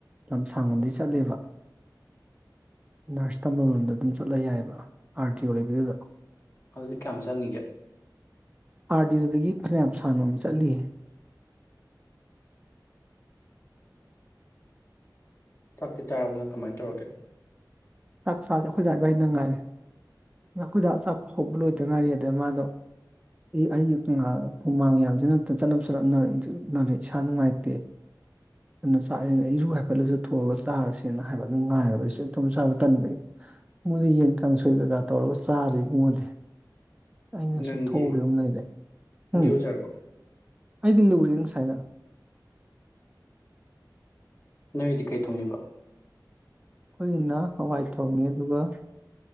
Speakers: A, on the right; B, on the left.
A: ꯂꯝꯁꯥꯡꯂꯣꯝꯗꯩ ꯆꯠꯂꯦꯕ ꯅꯔꯁ ꯇꯝꯐꯝ ꯂꯣꯝꯗ ꯑꯗꯨꯝ ꯆꯠꯂ ꯌꯥꯏꯑꯕ ꯑꯥꯔ ꯗꯤ ꯑꯣ ꯂꯩꯕꯗꯨꯗ꯫
B: ꯑꯗꯨꯗꯤ ꯀꯌꯥꯝ ꯆꯪꯉꯤꯒꯦ?
A: ꯑꯥꯔ ꯗꯤ ꯌꯣ ꯗꯒꯤ ꯐꯅꯌꯥꯝ ꯁꯡ ꯅꯥ ꯆꯠꯂꯤꯌꯦ꯫
B: ꯆꯥꯛꯇꯤ ꯆꯥꯔꯕ ꯅꯪ ꯀꯃꯥꯏꯅ ꯇꯧꯔꯒꯦ?
A: ꯆꯥꯛ ꯆꯥꯗꯦ ꯑꯩꯈꯣꯏꯗ ꯏꯕꯥꯏꯅ ꯉꯥꯏꯔꯦ ꯑꯩꯈꯣꯏꯗ ꯑ ꯆꯥꯛꯄ ꯍꯧꯕ ꯂꯣꯏꯗ ꯉꯥꯏꯔꯤ ꯑꯗꯨꯗ ꯃꯥꯗꯣ ꯑꯩ ꯍꯨꯃꯥꯡ ꯌꯥꯡꯁꯤꯅ ꯑꯝ ꯆꯠꯅꯞ - ꯆꯠꯅꯝ ꯅꯥꯔꯦ ꯏꯁꯥ ꯅꯨꯡꯉꯥꯏꯇꯦ ꯑꯗꯨꯅ ꯆꯥꯛ ꯏꯔꯨ ꯍꯥꯏꯐꯦꯠꯂꯁꯨ ꯊꯣꯛꯑꯒ ꯆꯥꯔꯁꯤ꯫ ꯅ ꯍꯥꯏꯕ ꯑꯗꯨꯅꯨꯡ ꯉꯥꯏꯕ ꯑꯩꯁꯨꯦ ꯏꯇꯣꯝ ꯆꯥꯕ ꯇꯟꯕꯒꯤ ꯃꯣꯏꯗꯤ ꯌꯦꯟ ꯀꯥꯡ ꯁꯣꯏ ꯀꯩꯀꯥ ꯇꯧꯔꯒ ꯆꯥꯔꯣ ꯑꯦꯕꯨꯉꯣꯗꯤ? ꯑꯩꯅꯁꯨ
B: ꯅꯪꯗꯤ
A: ꯊꯣꯛꯎꯕ ꯑꯗꯨꯝ ꯂꯩꯔꯦ
B: ꯅꯪꯗꯤ
A: ꯎꯝ
B: ꯏꯔꯨꯖꯔꯕꯣ
A: ꯑꯩꯗꯤ ꯂꯨꯔꯤ꯫ <unintelligible>
B: ꯅꯣꯏꯗꯤ ꯀꯩ ꯊꯣꯡꯉꯤꯕ?
A: ꯑꯩꯈꯣꯏꯒꯤꯅ ꯍꯋꯥꯏ ꯊꯣꯡꯉꯦ ꯑꯗꯨꯒ